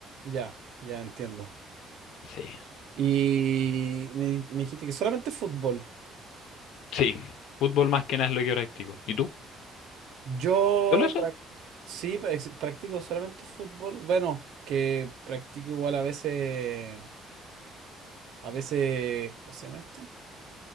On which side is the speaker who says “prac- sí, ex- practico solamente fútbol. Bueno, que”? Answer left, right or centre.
Right